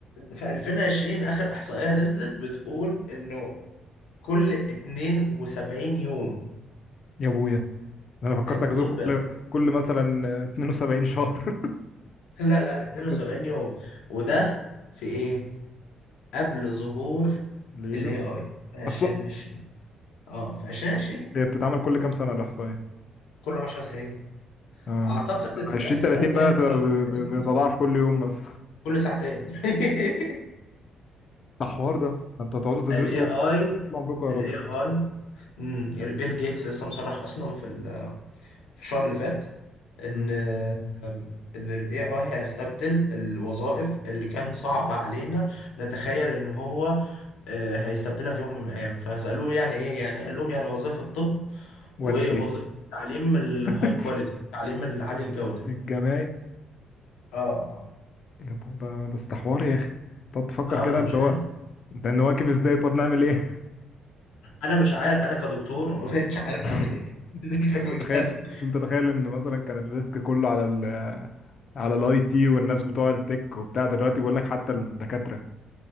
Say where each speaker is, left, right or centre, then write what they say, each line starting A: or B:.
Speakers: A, on the left (about 85°); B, on the left (about 55°).
A: في 2020 اخر احصائيه نزلت بتقول انه كل 72 يوم
B: يا ابويا انا فكرتك
A: الطب
B: هتقول كل كل مثلا 72 شهر
A: لا لا 72
B: <laughs> فكرتك هتقول
A: يوم وده في ايه قبل ظهور
B: الايجنتس
A: ال AI في 2020
B: اصلا
A: اه في 2020
B: هي بتتعمل كل كام سنه الاحصائيه
A: كل 10 سنين
B: اه
A: اعتقد ان
B: 20
A: الاحصائيه
B: 30
A: الجايه
B: بقى
A: في
B: بتتضاعف
A: 2030
B: كل يوم مثلا
A: كل ساعتين <laughs>
B: ده حوار ده ده انتوا هتقعدوا تدرسوا
A: ال AI
B: طول عمركم يا
A: ال
B: راجل
A: AI امم بيل جيتس لسه مصرح اصلا في ال- في الشهر اللي فات ان
B: مم.
A: أم، ان ال AI هيستبدل الوظائف اللي كان صعب علينا نتخيل ان هو آه، هيستبدلها في يوم من الايام فسالوه يعني ايه يعني قال لهم يعني وظائف الطب ووظيفة
B: ودي
A: تعليم الهاي
B: <laughs>
A: كواليتي تعليم العالي الجودة
B: الجماعي
A: اه آه.
B: يا بو- ده ده استحوار يا اخي تقعد تفكر
A: اه
B: كده
A: بقى
B: اللي
A: مش عارف
B: هو ده نواكب ازاي طب نعمل ايه
A: انا مش عارف انا كدكتور ما بقتش عارف
B: <laughs>
A: اعمل ايه <laughs> بجد
B: تخيل انت تخيل ان مثلا كان الريسك كله على ال على الاي تي والناس بتوع التك وبتاع دلوقتي بقول لك حتى الدكاترة